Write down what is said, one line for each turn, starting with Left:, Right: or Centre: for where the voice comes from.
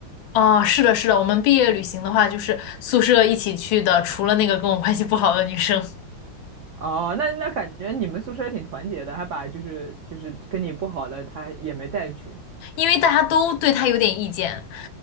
Left: 啊，是的，是的，我们毕业旅行的话，就是宿舍一起去的，除了那个跟我关系不好的女生，
Right: <laughs> 哦，那那感觉你们宿舍也挺团结的，还把就是就是跟你不好的他也没带去。
Left: <laughs> 因为大家都对她有点意见，